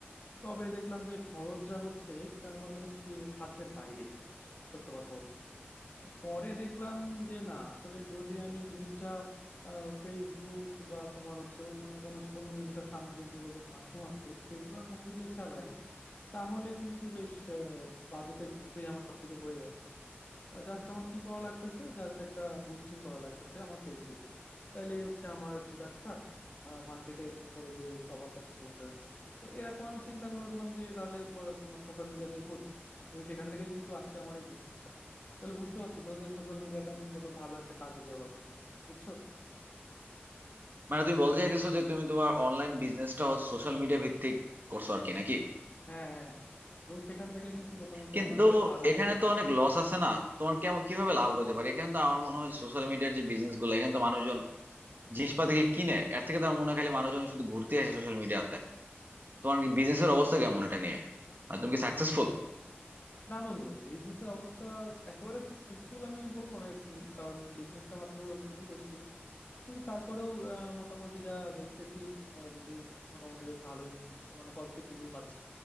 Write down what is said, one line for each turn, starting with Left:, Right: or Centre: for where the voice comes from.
Left: তবে দেখলাম যে খরচ যা হচ্ছে সেটা আমার মানে সে- সাধ্যের বাইরে সত্য কথা বলতে পরে দেখলাম যে না আসলে যদি আমি জিনিসটা আহ, ফেসবুক বা তোমার হচ্ছে অন্যান্য কোনো অন্যান্য যেসব সামাজিক যোগাযোগ মাধ্যম আছে সেগুলোর মধ্যে দিয়ে চালাই তাহলে কিন্তু বেশ বাজেটের মধ্যেই আমার সবকিছু হয়ে যাচ্ছে জাস্ট আমার কি করা লাগতেছে জাস্ট একটা বুস্টিং করা লাগতেছে আমার ফেসবুকে তাইলেই হচ্ছে আমার প্রোডাক্টটা মার্কেটে মনে করো যে সবার কাছে পৌঁছে যাচ্ছে তো এরকম আমি চিন্তা করলাম যে তাহলে প- তোমার সোশ্যাল মিডিয়াতেই করি এবং সেখান থেকে কিন্তু আজকে আমার এই বিজনেসটা তাহলে বুঝতে পারতেছো যে সোশ্যাল মিডিয়াটা আমি কত ভালো একটা কাজে ব্যবহার করছি বুঝছো
Right: মানে তুমি বলতে চাইতেছো যে তুমি তোমার অনলাইন বিজনেসটা হচ্ছে সোশ্যাল মিডিয়া ভিত্তিক করছো আর কি নাকি
Left: হ্যাঁ হ্যাঁ হ্যাঁ এবং সেখান থেকে কিন্তু মোটামুটি
Right: কিন্তু
Left: আমার বেশ ভালোই
Right: এখানে
Left: লাভ আসছে
Right: তো অনেক লস আছে না তোমার কেমন কিভাবে লাভ হতে পারে এখানে তো আমার মনে হয় সোশ্যাল মিডিয়ার যে বিজনেস গুলো এখানে তো মানুষজন জিনিসপাতি কিনে এর থেকে তো আমার মনে হয় খালি মানুষজন শুধু ঘুরতে আসে সোশ্যাল মিডিয়াতে তোমার বিজনেসের অবস্থা কেমন এটা নিয়ে মানে তুমি কি সাকসেসফুল
Left: না বন্ধু বিজনেস এর অবস্থা একেবারে সাকসেসফুল আমি বলবো না এক্ষুনি কারণ বিজনেসটা মাত্র শুরু করছি কিন্তু তারপরেও আহ, মোটামুটি যা দেখতেছি রিভিউ মোটামুটি বেশ ভালোই মানে পজিটিভ রিভিউ পাচ্ছি